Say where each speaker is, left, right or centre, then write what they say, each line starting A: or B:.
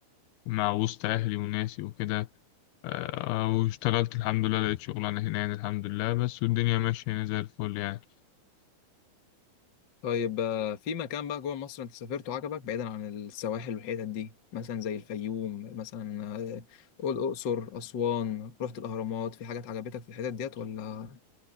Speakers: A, on the left; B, on the left.
A: مع وسط اهلي وناسي وكده آه، واشتغلت الحمد لله لقيت شغلانة هنا يعني الحمد لله بس والدنيا ماشية هنا زي الفل يعني
B: طيب آه، في مكان بقى جوه مصر انت سافرته عجبك بعيدا عن السواحل والحتت دي مثلا زي الفيوم مثلا آه، قول الاقصر اسوان رحت الاهرامات في حاجات عجبتك في الحتت ديت ولا